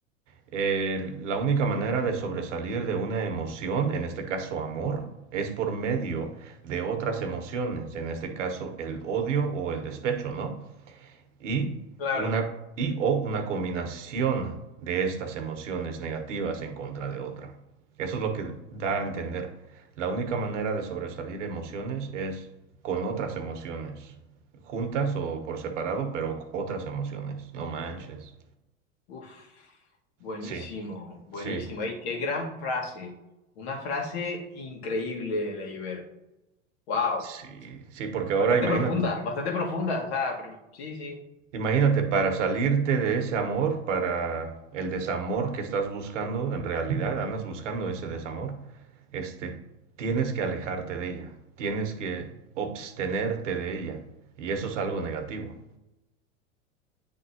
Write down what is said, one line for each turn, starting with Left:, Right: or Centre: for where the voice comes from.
Right: Eh, la única manera de sobresalir de una emoción, en este caso amor, es por medio de otras emociones, en este caso el odio o el despecho, ¿no? Y
Left: Claro.
Right: una y o una combinación de estas emociones negativas en contra de otra. Eso es lo que da a entender. La única manera de sobresalir emociones es con otras emociones, juntas o por separado, pero otras emociones. No manches.
Left: Uf, buenísimo,
Right: Sí,
Left: buenísimo.
Right: sí.
Left: Y qué gran frase. Una frase increíble, Leiber. Wow.
Right: Sí, sí, porque ahora
Left: Bastante
Right: imagínate,
Left: profunda, bastante profunda. O sea, prim- sí, sí.
Right: imagínate, para salirte de ese amor, para el desamor que estás buscando, en realidad andas buscando ese desamor, este, tienes que alejarte de ella, tienes que abstenerte de ella, y eso es algo negativo.